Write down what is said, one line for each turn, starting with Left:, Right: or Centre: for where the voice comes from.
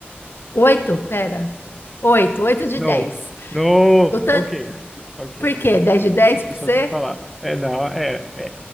Left: oito Pera. oito oito de
Centre: Não.
Left: dez
Centre: Não.
Left: O tan...
Centre: Ok. Ok.
Left: Por quê? dez de dez pra
Centre: Deixa
Left: você?
Centre: você falar. É, não, é.